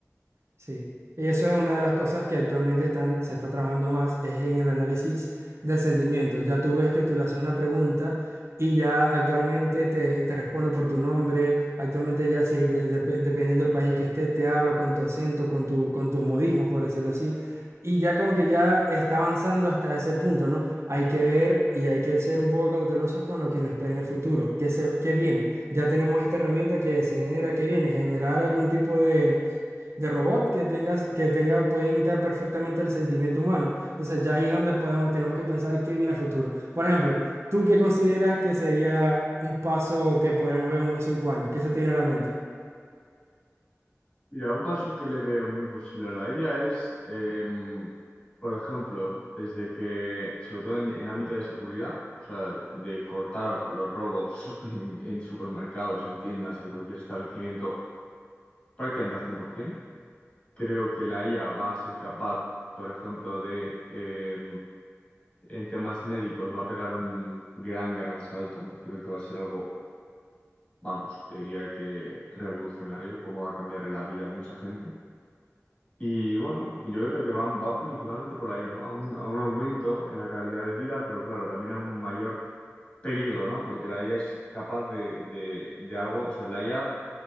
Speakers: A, on the right; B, on the left.
A: Sí, y eso es una de las cosas que actualmente están, se está trabajando más, es en el análisis del sentimiento. Ya tú ves que tú le haces una pregunta y ya actualmente te, te respondo por tu nombre, actualmente ya sí, de- de- dependiendo del país que esté, te habla con tu acento, con tu, con tus modismos, por decirlo así, y ya como que ya está avanzando hasta ese punto, ¿no? Hay que ver y hay que ser un poco cautelosos con lo que nos espera en el futuro, qué se, qué viene. Ya tenemos esta herramienta que se genera, que viene, generar algún tipo de de robot que tengas, que tenga, puede imitar perfectamente el sentimiento humano. Entonces ya ahí es donde podemos, tenemos que pensar qué viene a futuro. Por ejemplo, ¿tú qué consideras que sería un paso que podremos ver en unos cinco años? ¿Qué se tiene en la mente?
B: Mira, un paso que le veo muy posible a la IA es, em, por ejemplo, desde que, sobre todo en, en ámbito de seguridad, o sea, de cortar los robos <laughs> en, en supermercados, en tiendas, en cualquier establecimiento prácticamente al 100%. Creo que la IA va a ser capaz, por ejemplo, de, eh, en temas médicos, va a pegar un gran, gran salto. Creo que va a ser algo, vamos, te diría que revolucionario, cómo va a cambiar la vida a mucha gente. Y bueno, yo creo que va va principalmente por ahí, ¿no? A un, a un aumento en la calidad de vida, pero claro, también a un mayor peligro, ¿no? Porque la IA es capaz de, de, de algo, o sea, la IA